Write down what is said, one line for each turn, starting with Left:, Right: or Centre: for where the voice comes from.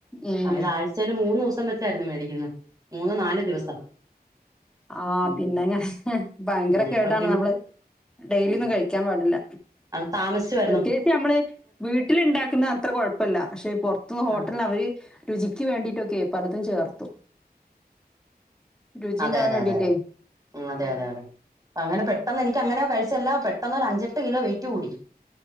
Centre: ഉം.
Right: അയ്ന് ആഴ്‌ച്ചേല് മൂന്നൂസം വച്ചായിരുന്നു മേടിക്കുന്ന മൂന്നു നാലു ദിവസം
Centre: ആഹ്
Right: ഉം
Centre: പിന്നെങ്ങനെ ഭയങ്കര
Right: ഉം
Centre: കേടാണ്
Right: ഇപ്പൊ പിന്നെ
Centre: നമ്മള് ഡെയിലി
Right: ഉം
Centre: ഒന്നും കഴിക്കാൻ പാടില്ല
Right: അത് താമസിച്ചു വെ
Centre: പ്രത്യേകിച്ച് ഞമ്മള് വീട്ടില് ണ്ടാക്കുന്ന അത്ര കൊഴപ്പല്ല പക്ഷെ പൊർത്തു ഹോട്ടൽന്
Right: ആഹ്
Centre: അവര് രുചിക്ക് വേണ്ടിയിട്ടൊക്കെയ് പലതും ചേർത്തു രുചി
Right: അതെ
Centre: ഉണ്ടാവാൻ
Right: അതെ
Centre: വേണ്ടിയിട്ടേ
Right: അതെ അതെ ആഹ് അതെ
Centre: ആ
Right: അതെ അതെ അങ്ങനെ പെട്ടെന്ന് എനിക്ക് അങ്ങനെ കഴിച്ച എല്ലാം പെട്ടന്ന് ഒരു അഞ്ചട്ട് കിലോ വെയിറ്റ് കൂടി